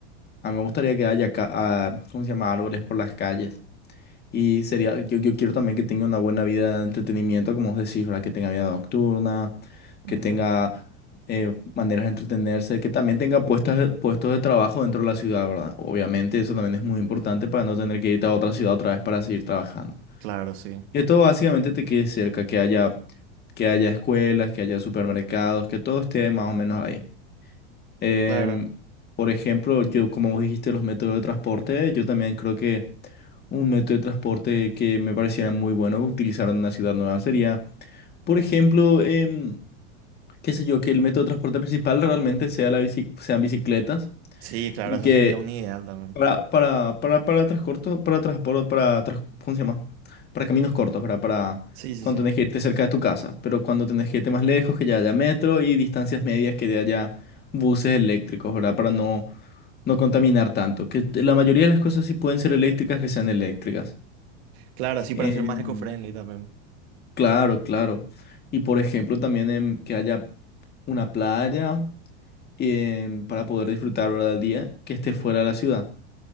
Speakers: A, on the left; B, on the right.
A: A mí me gustaría que haya, ca- ah, ¿cómo se llama? Árboles por las calles. Y sería, yo, yo quiero también que tenga una buena vida de entretenimiento, como vos decís, ¿verdad? Que tenga vida nocturna, que
B: Ujú,
A: tenga eh, maneras de entretenerse, que también tenga puestas, puestos de trabajo dentro de la ciudad, ¿verdad? Obviamente eso también es muy importante para no tener que irte a otra ciudad otra vez para seguir trabajando.
B: claro, sí.
A: Que todo básicamente te quede cerca, que haya, que haya escuelas, que haya supermercados, que todo esté más o menos ahí. Em,
B: Claro,
A: por ejemplo, yo, como vos dijiste, los métodos de transporte, yo también creo que... Un método de transporte que me pareciera muy bueno utilizar en una ciudad nueva sería, por ejemplo, em, qué sé yo, que el método de transporte principal realmente sea la bici- sean bicicletas
B: sí, claro,
A: y
B: eso
A: que
B: sería un ideal también.
A: para, para, para, para transcorto- para transporte, para, tras- ¿cómo se llama? Para caminos cortos, ¿verdad? Para
B: Sí, sí,
A: cuando
B: sí.
A: tenés que irte cerca de tu casa, pero cuando tenés que irte más lejos, que ya haya metro y distancias medias, que ya haya buses eléctricos, ¿verdad? Para no, no contaminar tanto. Que la mayoría de las cosas sí pueden ser eléctricas, que sean eléctricas.
B: Claro, así
A: Em,
B: para ser más eco-friendly también.
A: Claro, claro. Y por ejemplo, también em, que haya una playa em, para poder disfrutar, ¿verdad? El día que esté
B: Ujú.
A: fuera de la ciudad.